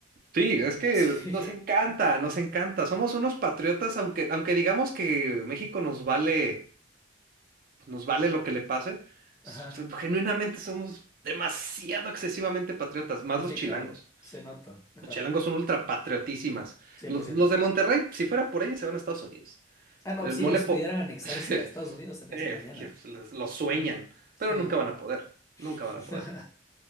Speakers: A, on the right (about 45°); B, on the left (about 15°).
A: Sí, es que
B: Sí,
A: nos encanta, nos encanta. Somos unos patriotas, aunque, aunque digamos que México nos vale, pues, nos vale lo que le pase,
B: ajá,
A: s- genuinamente somos demasiado excesivamente patriotas, más
B: sí,
A: los chilangos.
B: claro, se nota, ajá,
A: Los chilangos son ultra patriotísimas.
B: Cien
A: Los,
B: por ciento.
A: los de Monterrey, si fuera por ellos, se van a Estados Unidos.
B: Ah, no,
A: El
B: si
A: mole
B: ellos
A: po-
B: pudieran anexarse
A: <laughs>
B: a Estados Unidos, se anexan
A: eh,
B: mañana.
A: que les- lo sueñan,
B: Sí.
A: pero nunca van a poder. Nunca
B: <laughs>
A: van a poder.